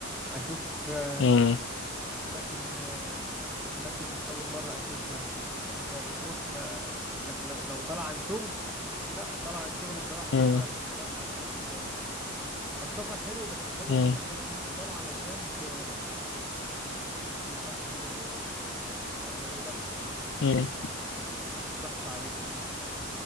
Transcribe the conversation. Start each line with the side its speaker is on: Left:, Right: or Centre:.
Centre: اشوف آه،
Left: مم.
Centre: اماكن آه، اماكن اول مره اشوفها فانت بتروح آه، لك لو لو طالع عن شغل لا طالع عن شغل انت رايح تشتغل
Left: مم.
Centre: مش رايح علشان ت... فالسفر حلو بس حلو
Left: مم.
Centre: من ناحيه ان انت طالع علشان ت... ت- تعمل كده زي ايه تبقى ريلاكس يعني ما, ما... ما...
Left: مم.
Centre: آه، ضغط عليك